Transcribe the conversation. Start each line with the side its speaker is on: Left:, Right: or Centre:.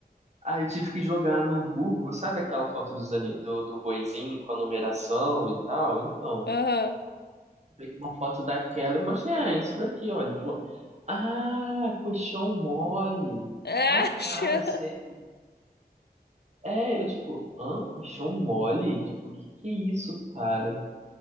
Right: aí eu tive que jogar no Google, sabe aquela foto dos, ani- do, do boizinho com a numeração e tal? Então,
Left: Aham.
Right: eu peguei uma foto daquela e mostrei, ah, é isso daqui, olha. Ele falou, ah, colchão mole.
Left: Ah,
Right: Ah,
Left: chã.
Right: tá, sei. É, eu tipo, hã? Colchão mole? Tipo, que que é isso, cara?